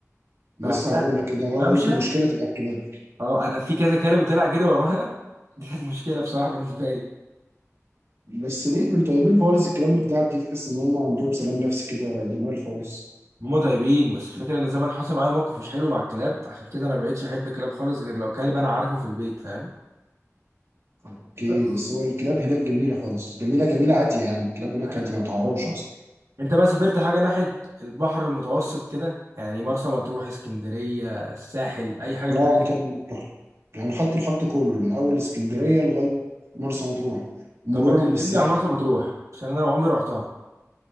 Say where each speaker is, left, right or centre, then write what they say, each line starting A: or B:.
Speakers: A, on the right; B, on the right.
A: لسه
B: ففي دهب
A: هقول لك كده لو
B: الممشى
A: قلت مشكلة تبقى الكلاب
B: اه انا في كذا كلب طلع جري ورايا <laughs> دي كانت مشكله بصراحه بالنسبه لي
A: بس ليه دول طيبين خالص الكلاب اللي في دهب دي تحس إن هم عندهم سلام نفسي كده جميل خالص
B: هما طيبين بس الفكرة ان زمان حصل معايا موقف مش حلو مع الكلاب عشان كده انا ما بقتش احب الكلاب خالص غير لو كلب انا عارفه في البيت فاهم
A: اوكي
B: بس
A: بس هو الكلاب هناك جميله خالص جميله جميله عاديه يعني الكلاب هناك
B: ايوه
A: عاديه ما تعرفش اصلا
B: انت بقى سافرت حاجة ناحية البحر المتوسط كده يعني مرسى مطروح اسكندرية الساحل اي حاجة
A: لا
B: من الحاجات
A: مت-
B: دي؟
A: رحت يعني خدت الخط كله من اول اسكندريه لغايه مرسى مطروح مرورا
B: طب ما تكلمني
A: بالساحل
B: عن مرسى مطروح عشان انا عمري رحتها